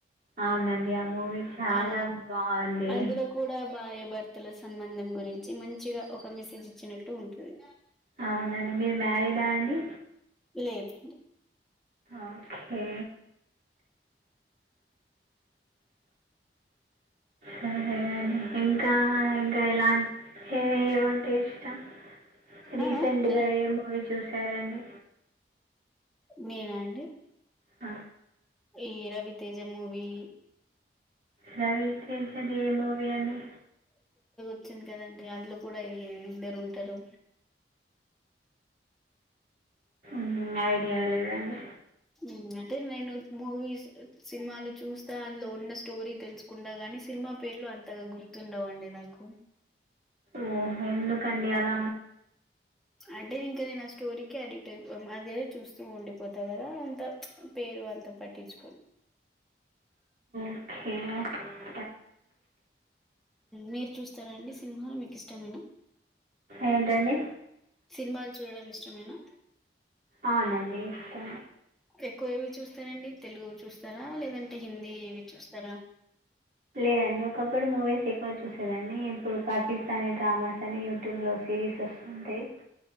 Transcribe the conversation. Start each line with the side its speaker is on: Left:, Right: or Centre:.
Right: అవునండి ఆ మూవీ చాలా
Centre: ఆ
Right: బాగుంది.
Centre: అందులో కూడా భార్య భర్తల సంబంధం గురించి మంచిగా ఒక మెసేజ్ ఇచ్చినట్టు ఉంటుంది.
Right: అవునండి మీరు మ్యారీడా అండి.
Centre: లేదు.
Right: ఓకే సరేలేగాని ఇంకా ఇంకా ఎలా ఏ ఏవ అంటే ఇష్టం రీసెంట్గా
Centre: ఆ ఆ
Right: ఏ మూవీ చూసారండి
Centre: నేనా అండి
Right: అ
Centre: ఈ రవితేజ మూవి
Right: రవీ తేజ ఏ మూవీ అండి
Centre: వచ్చిన కదండి అందులో కూడా ఇద్దరు ఉంటారు
Right: మ్మ్ ఐడియా లేదండి
Centre: హ్మ్ అంటే నేను మూవీస్ సినిమాలు చూస్తా అందులో ఉన్న స్టోరీ తెలుసుకుంటా గాని సినిమా పేర్లు అంతగా గుర్తుండవండి నాకు
Right: ఓ ఎందుకు అండి అల
Centre: అంటే ఇంకా నేను స్టోరీకి అడిక్ట్ అయి అదే చూస్తూ ఉండిపోతా కదా అంత పేరు అంత పట్టించుకొను
Right: మ్మ్
Centre: మీరు చూస్తారా అండి సినిమా మీకు ఇష్టమైన
Right: ఏంటండి
Centre: సినిమాలు చూడడం ఇష్టమేనా
Right: అవునండి ఇష్టం
Centre: ఎక్కువ ఏవి చూస్తారండి తెలుగు చూస్తారా లేదంటే హిందీ ఇవి చూస్తారా
Right: లేదండి ఒకప్పుడు మూవీస్ ఎక్కువ చూసేదాండి ఇప్పుడు పాకిస్తానీ డ్రామాస్ అని యూ టూబ్ లో సిరీస్ వస్తుంటాయి